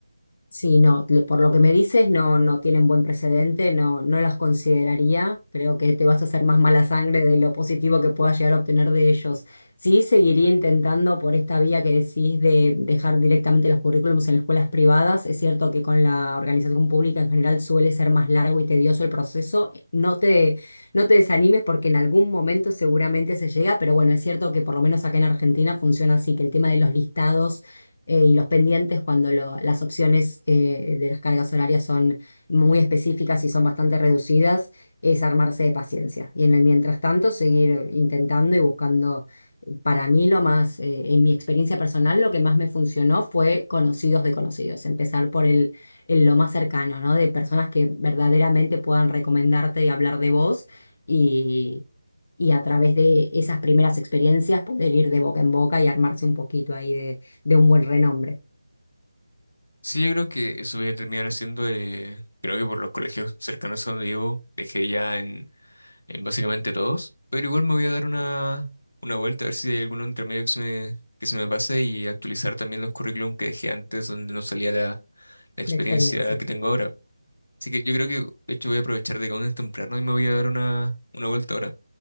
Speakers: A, on the left; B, on the left.
A: Sí, no, lo- por lo que me dices, no, no tienen buen precedente, no, no las consideraría. Creo que te vas a hacer más mala sangre de lo positivo que puedas llegar a obtener de ellos. Sí, seguiría intentando por esta vía que decís de dejar directamente los currículums en las escuelas privadas. Es cierto que con la organización pública en general suele ser más largo y tedioso el proceso. No te, no te desanimes porque en algún momento seguramente se llega, pero bueno, es cierto que por lo menos acá en Argentina funciona así, que el tema de los listados eh, y los pendientes cuando lo- las opciones eh, de las cargas horarias son muy específicas y son bastante reducidas, es armarse de paciencia. Y en el mientras tanto, seguir intentando y buscando. Para mí lo más, eh, en mi experiencia personal, lo que más me funcionó fue conocidos de conocidos, empezar por el, el lo más cercano, ¿no? De personas que verdaderamente puedan recomendarte y hablar de vos y, y a través de esas primeras experiencias poder ir de boca en boca y armarse un poquito ahí de un buen renombre,
B: Sí, yo creo que eso voy a terminar haciendo, eh, creo que por los colegios cercanos a donde vivo, dejé ya en en básicamente todos, pero igual me voy a dar una, una vuelta a ver si hay alguno entre medio que se me, que se me pase y actualizar también los currículum que dejé antes donde no salía la, la experiencia
A: de experiencia.
B: que tengo ahora. Así que yo creo que de hecho voy a aprovechar de que aún es temprano y me voy a dar una, una vuelta ahora.